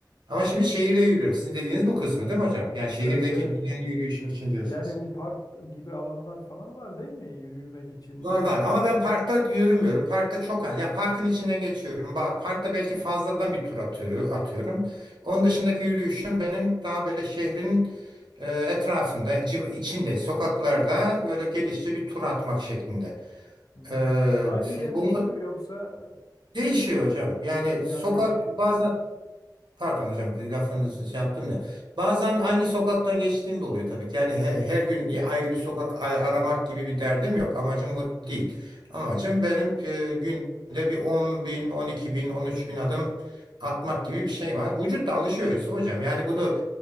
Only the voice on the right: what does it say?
Ama şimdi şehirde yürüyorum. Sizin dediğiniz bu kısmı değil mi hocam? Yani şehirdeki
düzenli yürüyüşüm için diyorsunuz.
Var
var ama ben parkta yürümüyorum. Parkta çok az. Ya parkın içinden geçiyorum. Ba- Parkta belki fazladan bir tur atıyorum, atıyorum. Onun dışındaki yürüyüşüm benim daha böyle şehrin e, etrafında, civ- içinde, sokaklarda böyle genişçe bir tur atmak şeklinde.
E,
şey-
bunu
değişiyor hocam.
Yani
sokak
bazen Pardon hocam bir lafınızı şey yaptım da. Bazen aynı sokaktan geçtiğim de oluyor tabii ki. Yani he- her, gün bir ayrı bir sokak a- aramak gibi bir derdim yok. Amacım o değil. Amacım benim e, günde bir 10 bin, 12 bin, 13 bin adım atmak gibi bir şey var. Vücut da alışıyor Yusuf hocam. Yani bunu